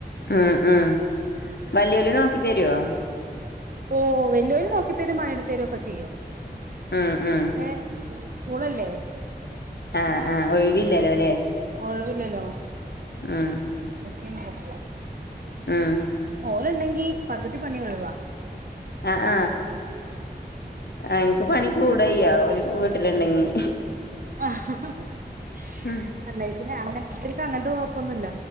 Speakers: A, on the left; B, on the right.
A: ഉം ഉം വല്യോല് നോക്കി തരുവോ
B: ഓഹ് വല്യോര് നോക്കിത്തരും പണിയെടുത്തരും ഒക്കെ ചെയ്യും
A: ഉം ഉം
B: പക്ഷെ ഓ സ്കൂളല്ലേ
A: ആഹ് ആഹ് ഒഴിവില്ലാലോല്ലേ
B: ഒഴിവില്ലല്ലോ
A: ഉം
B: അതൊക്കെ നടക്കൂ
A: ഉം
B: ഓലൊണ്ടെങ്കി പകുതി പണി ഒഴിവാ
A: ആഹ് ആഹ് ഇനിക്ക് പണി കൂടായ്യാ
B: ശരി
A: ഓല് വീട്ടിലുണ്ടെങ്കി
B: <unintelligible>
A: ഉം
B: അല്ല ഇതിനെ അങ്ങൻ അവര്ക്ക് അങ്ങൻത്തെ കൊഴപ്പൊന്നുല്ല